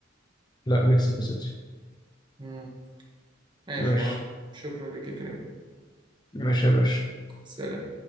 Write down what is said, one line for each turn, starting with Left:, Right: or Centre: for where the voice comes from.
Left: لا مكسيكو سيتي
Right: مم. ماشي
Left: ماشي
Right: يا عم شكرا لك يا كريم
Left: ماشي يا باشا
Right: سلام